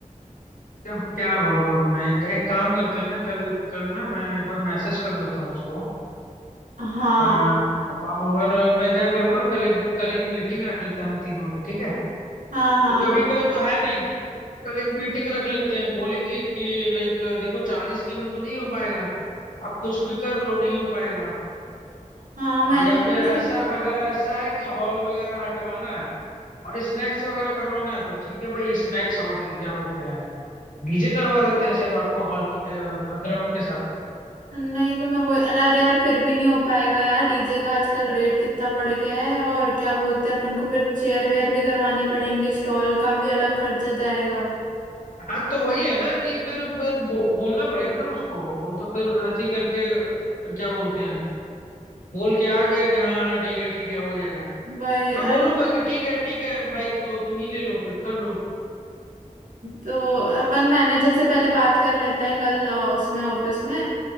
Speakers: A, on the left (about 80°); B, on the right (about 75°).
A: क्या क्या बोलूं अब मैं एक, एक काम करते हैं ना कल कल ना मैं एक बार मैसेज कर देता हूँ उसको
B: हाँ
A: अम, और मैं क्या करूंगा कल एक कल एक मीटिंग रख लेते हैं हम तीनों की ठीक है
B: हाँ
A: क्योंकि
B: हाँ
A: अभी कोई तो है नहीं कल एक मीटिंग रख लेते हैं बोलेंगे कि लाइक देखो चालीस के में तो नहीं हो पाएगा आप कुछ भी कर लो नहीं हो पाएगा
B: हाँ मैंने
A: आ, या
B: क्या
A: फिर
B: से-
A: ऐसा अगर ऐसा है कि हॉल वगैरह हटवाना है और स्नैक्स वगैरह करवाना है तो ठीक है भाई स्नैक्स और ये क्या बोलते हैं डीजे करवा देते हैं सिर्फ आपको हॉल के ग्राउंड के साथ
B: नहीं तो मैं वो अरे यार फिर भी नहीं हो पाएगा यार डीजे का आजकल रेट कितना बढ़ गया है और क्या बोलते हैं अपन को फिर चेयर वेयर भी करवानी पड़ेंगी स्टॉल का भी अलग खर्चा जाएगा
A: हाँ तो वही है ना कि फिर फिर बो, बोलना पड़ेगा ना उसको वो तो फिर ऐसे ही करके क्या बोलते हैं बोल के आ गया कि हाँ हाँ ठीक है ठीक है हो जाएगा
B: वही
A: मैं बोलूंगा
B: अरे
A: कि ठीक है ठीक है भाई तो तुम ही ले लो फिर कर लो
B: तो अपन मैनेजर से पहले बात कर लेते हैं कल अ, उसमें ऑफिस में